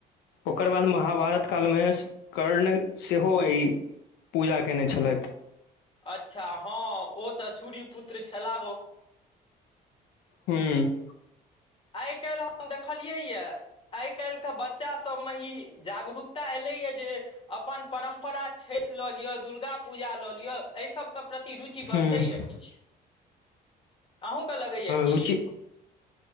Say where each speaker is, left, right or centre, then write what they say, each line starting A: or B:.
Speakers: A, on the left (about 90°); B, on the left (about 30°).
A: ओकर बाद महाभारत कालमे कर्ण सेहो अइ पूजा कयने छलइथ
B: अच्छा हँ ओ तऽ सूर्य पुत्र छलाहो
A: हूँ
B: आइ काल्हि हम देखलियै यै आइ काल्हिके बच्चासभ मे ई जागरूकता एलैए जे अपन परम्परा छैठ लऽ लिअ दुर्गा पूजा लऽ लिअ एहि सबके प्रति रुचि
A: हुं
B: बढ़लैया किछ अहूँके लगैया की
A: रुचि